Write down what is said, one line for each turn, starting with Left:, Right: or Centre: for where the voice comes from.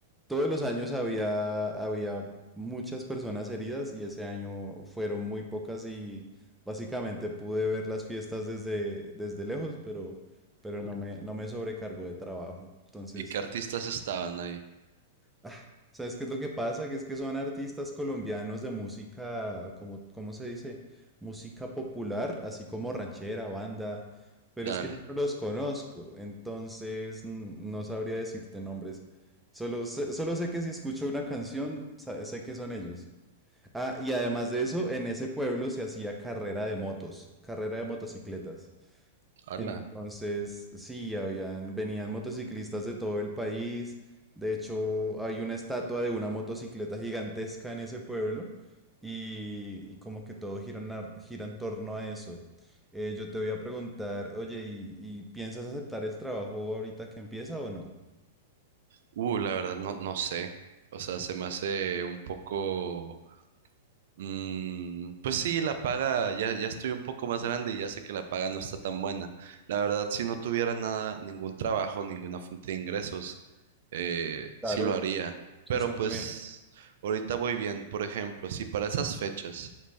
Centre: todos los años había, había muchas personas heridas y ese año fueron muy pocas y básicamente pude ver las fiestas desde, desde lejos, pero, pero no me, no me sobrecargó de trabajo. Entonces,
Right: ¿Y qué artistas estaban ahí?
Centre: Ah, ¿sabes qué es lo que pasa? Que es que son artistas colombianos de música, como, ¿cómo se dice? Música popular, así como ranchera, banda, pero
Right: Dale.
Centre: es que yo no los conozco, entonces mm, no sabría decirte nombres. Solo sé, solo sé que si escucho una canción, sa- sé que son ellos. Ah, y además de eso, en ese pueblo se hacía carrera de motos, carrera de motocicletas.
Right: Hola.
Centre: Entonces, sí, habían, venían motociclistas de todo el país. De hecho, hay una estatua de una motocicleta gigantesca en ese pueblo y, y como que todo gira, en ar- gira en torno a eso. Eh, yo te voy a preguntar, oye, ¿y, y piensas aceptar el trabajo ahorita que empieza o no?
Right: Uh, la verdad, no, no sé. O sea, se me hace un poco Mm, pues sí, la paga, ya, ya estoy un poco más grande y ya sé que la paga no está tan buena. La verdad, si no tuviera nada, ningún trabajo, ninguna fuente de ingresos, eh,
Centre: Claro,
Right: sí lo haría.
Centre: sí
Right: Pero
Centre: suena
Right: pues
Centre: bien.
Right: ahorita voy bien. Por ejemplo, si para esas fechas